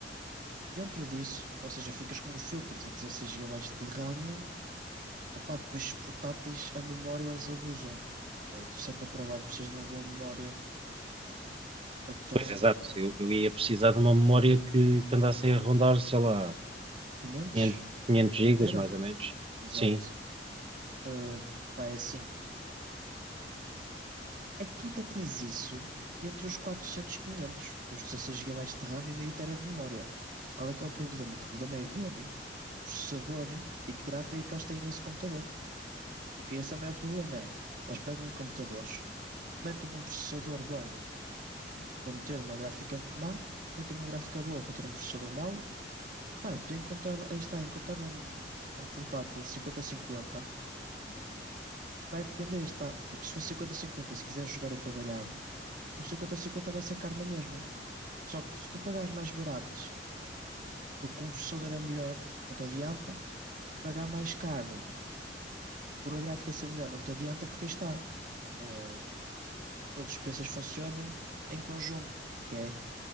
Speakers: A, on the right; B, on the right.
A: dentro disso, ou seja, ficas com o filtro de 16 gigabytes de RAM. Opa, depois os portáteis, a memória eles abusam. né? E tu, se é para trabalho, precisas de uma boa memória. Então.
B: Pois, exato. Eu, eu ia precisar de uma memória que, que andasse aí a rondar, sei lá,
A: 500?
B: 500, 500 gigas,
A: Meio tera?
B: mais ou menos.
A: Exato.
B: Sim,
A: Uh, pá, é assim. É que tu até tens isso entre os 400 e 500, os 16 gigabytes de RAM e meio tera de memória. Qual é que é o problema? O problema é ver que processador e que gráfica é que eles têm nesse computador. Porque esse é o maior problema, é. Eles pegam em computadores, metem um processador bom para meter uma gráfica má, metem uma gráfica boa para ter um processador mau. Pá, tu encontrar, aí está, encontrar um, um portátil 50-50 Vai depender, está. Porque se for 50-50, se quiseres jogar e trabalhar, o 50-50 vai ser caro na mesma. Só que se tu pagares mais barato, porque um processador é melhor, não te adianta. Pagar mais caro por a gráfica ser melhor, não te adianta, porque aí está. Uh, todos os PCs funcionam em conjunto, que é